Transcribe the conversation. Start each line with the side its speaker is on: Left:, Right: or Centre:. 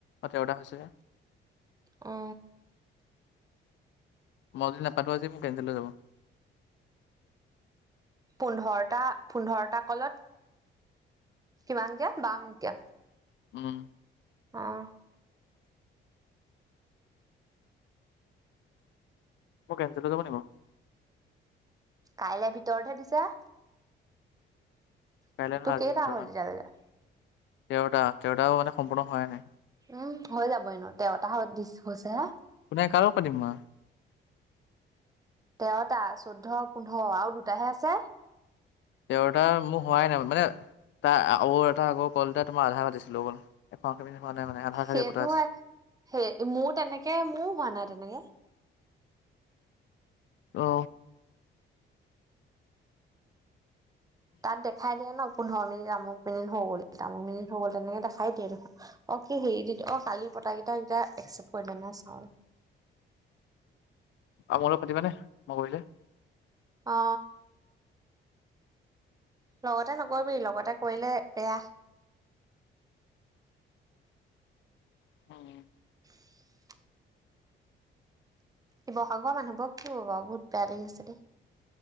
Left: অ তেৰতা হৈছেহে।
Right: অ।
Left: মই যদি নাপাতো আজি, মোৰ কেঞ্চেল হৈ যাব।
Right: পোন্ধৰটা, পোন্ধৰটা কলত কিমান কে বাৰ মিনিটত কে।
Left: উম।
Right: অ।
Left: মোৰ কেঞ্চেল হৈ যাব নেকি বাৰু?
Right: কাইলৈ ভিতৰতহে দিছে।
Left: কাইলৈ নহয়
Right: তোৰ
Left: আজিৰ
Right: কেইতা
Left: ভিতৰত
Right: হ'ল এতিয়া লৈকে?
Left: তেৰটা, তেৰটাও মানে সম্পূৰ্ণ হোয়াই নাই।
Right: উম। হৈ যাব এনেও, তেৰটা হত দিচ হৈছেহে।
Left: কোনে, কাৰ লগত পাতিম মই?
Right: তেৰটা, চৈধ্য, পোন্ধৰ আৰু দুটাহে আছে।
Left: তেৰতা মোৰ হোৱাই নাই মানে, তা আৰু এটা আগৰ কল এটা আধা পাতিছিলো অকল এশ আশী মিনিট হোৱা নাই মানে। আধা আধাকে
Right: সেইটো
Left: পতা আছে।
Right: সেই, মোৰ তেনেকে মোৰো হোৱা নাই তেনেকে।
Left: অ
Right: তাত দেখাই দিয়ে ন, পোন্ধৰ মিনিট আমুক মিনিট হৈ গ'ল তামুক মিনিট হ গ'ল তেনেকে দেখাই দিয়ে। অ কি হেৰি দি অ কালি পতা কেইটা হেইটা একচেপ্ট কৰিলেনে নাই চাওঁ ৰ'হ।
Left: আৰু মোৰ লগত পাতিবানে মই কৰিলে?
Right: অঁ। লগতে নকৰিবি, লগতে কৰিলে বেয়া।
Left: <inaudible>
Right: <inaudible> শিৱসাগৰ মানুহবোৰ কি হ'ব বাৰু বহুত বেয়া লাগিছে দেই।